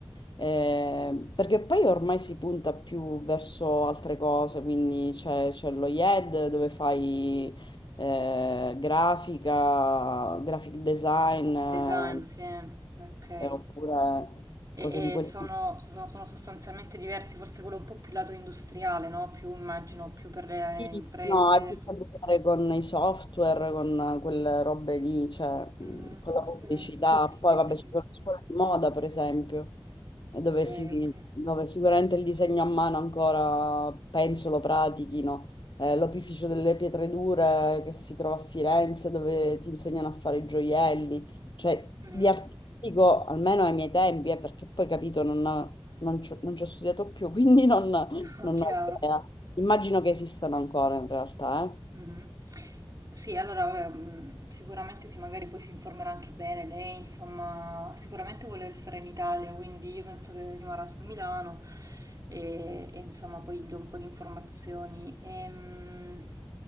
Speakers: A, on the left; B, on the right.
A: Eh, perché poi ormai si punta più verso altre cose, quindi c'è c'è lo IED dove fai eh, grafica, graphic design, eh,
B: Design, sì, ok.
A: eh, oppure
B: E,
A: cose di quel
B: e sono,
A: tipo.
B: so-, sono- sono sostanzialmente diversi, forse quello è un po' più lato industriale, no? Più immagino, più per le
A: Sì,
B: eh, imprese.
A: No, ha più a che fare con i software, con quelle robe lì, cioè
B: Mhm,
A: mh, con la
B: ok,
A: pubblicità.
B: più
A: Poi
B: tecnico.
A: vabbè, ci sono le scuole di moda, per esempio, e
B: Ok,
A: dove, si-
B: ok.
A: dove sicuramente il disegno a mano ancora, penso, lo pratichino. Eh, l'opificio delle pietre dure che si trova a Firenze, dove ti insegnano a fare i gioielli. Cioè,
B: Mhm,
A: di artistico, almeno ai miei tempi, eh, perché poi capito, non, non ci ho non ci ho studiato più, <laughs> quindi non
B: <laughs>
A: non
B: Chiaro.
A: ho idea. Immagino che esistano ancora in realtà, eh.
B: Mhm. Sì, allora, vabbè, mm, sicuramente sì, magari poi si informerà anche bene lei, insomma, sicuramente vuole restare in Italia, quindi io penso che rimarrà su Milano e, e, insomma poi gli do un po' di informazioni. Ehm,